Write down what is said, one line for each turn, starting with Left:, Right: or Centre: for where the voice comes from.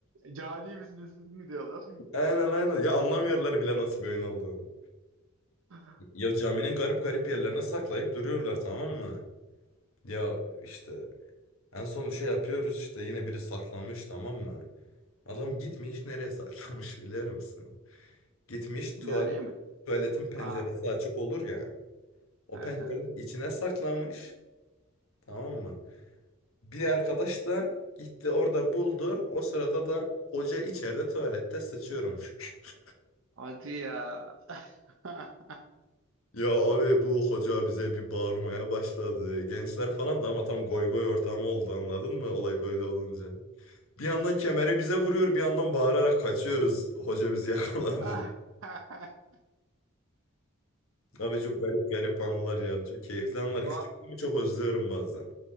Right: Cani misiniz siz mi diyorlar.
Left: <laughs> Aynen aynen ya anlamıyorlar bile nasıl bir oyun olduğunu.
Right: <laughs>
Left: Ya caminin garip garip yerlerine saklayıp duruyorlar tamam mı? Ya işte en son şey yapıyoruz işte yine biri saklamış tamam mı? Adam gitmiş nereye saklamış <laughs> biliyor musun? Gitmiş tuvalet,
Right: Cani mi?
Left: tuvaletin penceresi
Right: Aa,
Left: açık olur ya. O
Right: Evet
Left: pencerenin
Right: evet.
Left: içine saklamış tamam mı? Bir arkadaş da gitti orada buldu. O sırada da hoca içeride tuvalette sıçıyormuş. <laughs>
Right: Hadi ya. <laughs>
Left: Ya abi bu hoca bize bir bağırmaya başladı. Gençler falan da ama tam goy goy ortamı oldu anladın mı olay böyle olunca. Bir yandan kemeri bize vuruyor bir yandan bağırarak kaçıyoruz. Hoca bizi <laughs> yakaladı.
Right: Ah. <laughs>
Left: Abi çok garip garip anılar ya. Çok keyifli anılar.
Right: Dua,
Left: Küçüklüğümü çok özlüyorum bazen.